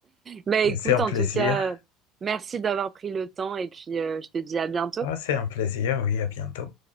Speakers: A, on the right; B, on the left.
A: Bah écoute,
B: Et c'est un
A: en
B: plaisir.
A: tout cas, euh, merci d'avoir pris le temps et puis euh, je te dis à bientôt.
B: Ah, c'est un plaisir. Oui, à bientôt.